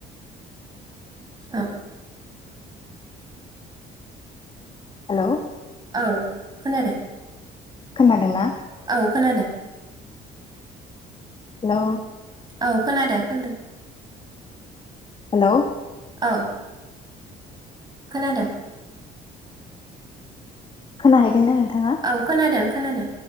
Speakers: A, on the right; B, on the left.
A: ओं
B: हेलौ।
A: औ खोनादों।
B: खोनादों ना?
A: औ खोनादो।
B: हेल'
A: औ खोनादो खोनादो।
B: हेलौ
A: औ खोनादों।
B: खोनाहैदोंना नोंथाङा?
A: औ खोनादों खोनादों।